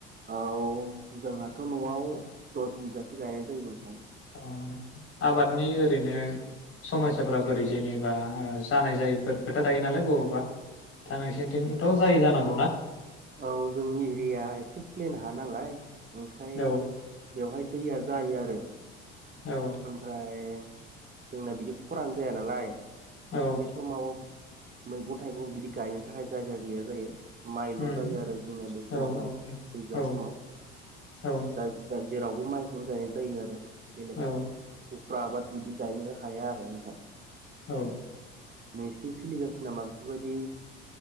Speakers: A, on the right; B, on the left.
A: औ जोंहाथ नआव दस बिगासो गायनाय जायो नोंथां
B: औ नोंथां आबादनि ओरैनो समयसाफोरा बोरै जेनेबा जानाय जायैफोर खोथा थायो नालाय बबेबा थानोंसिंथ जायै जानांगौना
A: औ जोंनि एरिया एसे प्लेन हा नालाय ओंखाय
B: औ
A: बेवहाय दैया जायो आरो
B: औ
A: ओमफ्राय जोंना बिदि खरानो जाया नालाय
B: औ
A: बे सम माव मैगं थाइगं बिदि गायनो थाखाय जायगा गैया जायो। माइल
B: उम
A: जायो आरो जोंनिया बे समावहाय
B: औ
A: दैज्लां
B: औ
A: समाव ओम
B: औ
A: दा दास जेरावबो माइखौनो गायनाय जायो आरो बेलेग
B: औ
A: उफ्रा आबाद बिदि गायनो हाया आरो नोंथां
B: औ
A: नोंसिथिं सोलिगासिनो नामा बेफोरबायदि